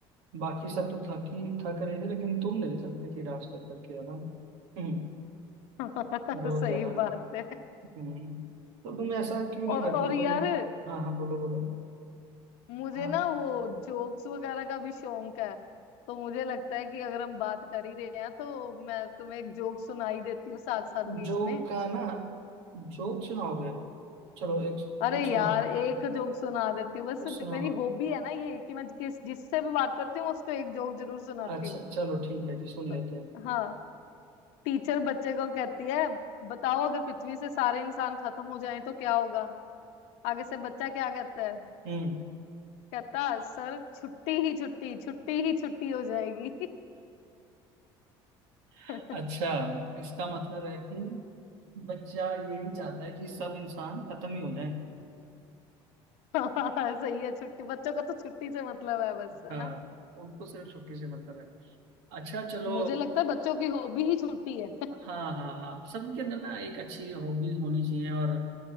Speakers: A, on the right (about 80°); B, on the left (about 80°).
A: बाकी सब तो थक ही थक रहे थे लेकिन तुम नहीं थक रही थी डांस कर करके है ना हम्म,
B: <laughs>
A: बहुत
B: सही
A: ज्यादा
B: बात है
A: हम्म, तो तुम ऐसा क्यों
B: और
A: नहीं करती
B: और यार
A: कोई हाँ हाँ बोलो बोलो
B: मुझे
A: हाँ
B: ना वो जोक्स वगैरह का भी शौक है तो मुझे लगता है कि अगर हम बात कर ही रहे हैं तो मैं तुम्हें एक जोक सुनाई देती हूँ साथ साथ बीच
A: जोक
B: में
A: का ना जोक सुनाओगे चलो एक
B: अरे
A: एक सुना
B: यार
A: देते
B: एक जोक सुना देती हूँ बस
A: हैं।
B: जो-
A: सुनाओ
B: मेरी हॉबी है ना ये कि मैं किस जिससे भी बात करती हूँ मैं उसको एक जोक जरूर सुनाती
A: अच्छा
B: हूँ
A: चलो ठीक है जी सुन
B: तो,
A: लेते हैं
B: हाँ टीचर बच्चे को कहती है बताओ अगर पृथ्वी से सारे इंसान खत्म हो जाएं तो क्या होगा आगे से बच्चा क्या कहता है
A: हम्म
B: कहता सर छुट्टी ही छुट्टी छुट्टी ही छुट्टी हो जाएगी
A: <laughs>
B: <laughs>
A: अच्छा इसका मतलब है कि बच्चा यही चाहता है कि सब इंसान खत्म ही हो जाए
B: हाँ सही है छुट्टी बच्चों का तो छुट्टी से मतलब है बस है
A: हाँ
B: ना
A: उनको सिर्फ छुट्टी से मतलब है अच्छा चलो
B: मुझे लगता है बच्चों की हॉबी ही छुट्टी है <laughs>
A: हाँ हाँ हाँ सबके अंदर ना एक अच्छी हॉबीज होनी चाहिए और